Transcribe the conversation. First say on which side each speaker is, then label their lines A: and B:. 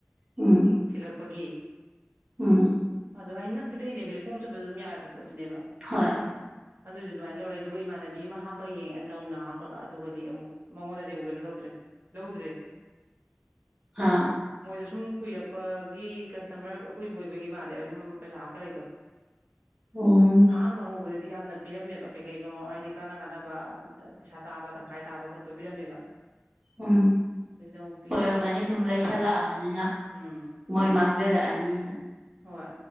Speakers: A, on the right; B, on the right.
A: ꯎꯝ
B: ꯊꯤꯜꯂꯛꯄꯒꯤ
A: ꯎꯝ
B: ꯑꯗ ꯍꯩꯅ ꯗꯅꯦ ꯐ ꯀꯣꯡ ꯌꯥ ꯄꯣꯠꯇꯨꯅꯦ
A: ꯍꯣꯏ
B: ꯑꯗꯨꯁꯨ ꯑꯗꯨꯃꯅ ꯂꯧꯔꯦ ꯑꯗꯨꯒ ꯕꯤ ꯑꯃ ꯍꯥꯞꯄꯒ ꯌꯦꯡꯉꯦ ꯅꯧꯅ ꯍꯥꯞꯄꯒ ꯑꯗꯨꯒꯗꯤ ꯑꯃꯨꯛ ꯃꯉꯣꯟꯗꯗꯤ ꯑꯃꯨꯛ ꯀꯩꯅꯣ ꯇꯧꯗ꯭ꯔꯦ ꯂꯧꯗ꯭ꯔꯦ
A: ꯍꯥꯥ
B: ꯃꯣꯏꯗ ꯁꯨꯝ ꯀꯨꯏꯔꯛꯄ ꯄꯒꯤ ꯀꯁꯇꯃꯔ ꯑꯀꯣꯏꯕ ꯑꯣꯏꯕꯒꯤ ꯃꯥꯜꯂꯦꯕ ꯁꯨꯝ ꯄꯩꯁꯥ ꯍꯥꯞꯄ ꯂꯩꯗꯣ
A: ꯎꯝ
B: ꯑꯧꯎ ꯍꯥꯏꯗꯤ ꯌꯥꯝꯅ ꯄꯤꯔꯝꯃꯦꯕ ꯀꯩ ꯀꯩꯅꯣ ꯍꯥꯏꯗꯤ ꯀꯥꯟꯅ ꯀꯥꯟꯅꯕ ꯄꯩꯁꯥ ꯇꯥꯕ ꯇꯪꯈꯥꯏ ꯇꯥꯕ ꯈꯣꯠꯄ ꯄꯤꯔꯝꯃꯦꯕ
A: ꯎꯝ
B: ꯍꯧꯖꯤꯛꯅ ꯑꯃꯨꯛ ꯄꯤꯗ꯭ꯔꯦꯕ
A: ꯑꯣꯏꯣꯏꯔꯝꯒꯅꯤ ꯁꯨꯝ ꯂꯩꯁꯜꯂꯛꯑꯕꯅꯤꯅ
B: ꯎꯝ
A: ꯃꯣꯏ ꯃꯥꯡꯖꯔꯛꯑꯅꯤꯅ
B: ꯍꯣꯏ